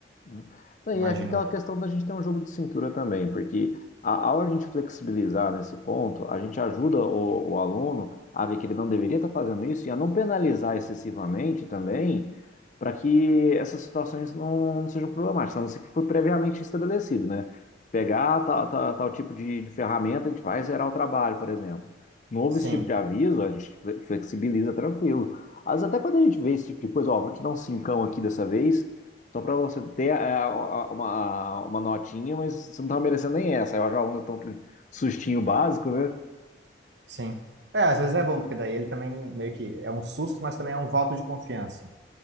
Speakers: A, on the left; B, on the right.
A: Hum. E
B: Imagino
A: é aquela
B: eu.
A: questão da gente ter um jogo de cintura também, porque a- ao a gente flexibilizar nesse ponto, a gente ajuda o, o aluno a ver que ele não deveria estar fazendo isso e a não penalizar excessivamente também, para que essas situações não, não sejam problemáticas, a não ser que foi previamente estabelecido, né? Pegar tal, tal, tal tipo de, de ferramenta, a gente vai zerar o trabalho, por exemplo. Não houve
B: Sim.
A: esse tipo de aviso, a gente fle- flexibiliza tranquilo. Às vezes até quando a gente vê esse tipo de coisa, ó, vou te dar um cincão aqui dessa vez só para você ter é, a- a- uma, a- uma notinha, mas você não estava merecendo nem essa. Aí eu acho que o aluno tão aquele sustinho básico, né?
B: Sim. É, às vezes é bom, porque daí ele também meio que é um susto, mas também é um voto de confiança.